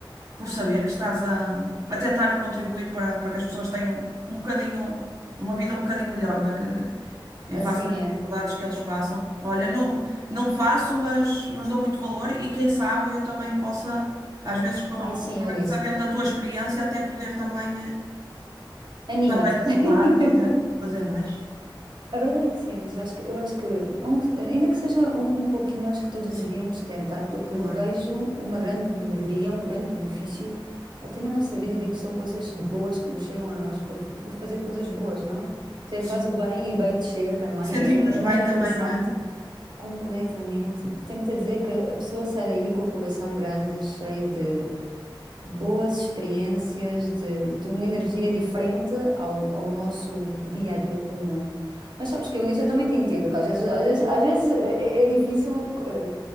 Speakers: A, on the right (about 40°); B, on the right (about 60°).
A: por saber que estás a, a tentar contribuir para, para que as pessoas tenham um bocadinho, uma vida um bocadinho melhor, não é? Que, em
B: Assim
A: face das dificuldades
B: é.
A: que eles passam. Olha, não, não faço, mas, mas dou muito valor e quem sabe eu também possa, às vezes, com, agora
B: Ai, sim, Eunice.
A: sabendo da tua experiência, até poder também, eh,
B: Anima-te.
A: também ajudar
B: <laughs>
A: e fazer, fazer mais.
B: A verdade é que sim, Eunice. Eu acho que, eu acho que um- ainda que seja um, um pouquinho, eu acho que todos
A: Sim,
B: deveríamos tentar, porque
A: claro,
B: vejo uma grande melhoria, um grande benefício até na nossa vida. Eu digo que são coisas boas que nos chegam a nós por, por fazer coisas boas, não? Você
A: sim.
B: faz o bem e bem te chega também.
A: Sentimos-nos
B: É, co- é
A: bem
B: muito
A: também,
B: interessante.
A: não é?
B: Completamente. Tenta dizer que a pessoa sai daí com o coração grande, cheio de boas experiências, de, de uma energia diferente ao, ao nosso dia a dia comum. Mas sabes que eu nisso eu também te entendo, que às vezes, às vezes,
A: Sim.
B: às vezes é, é difícil eh,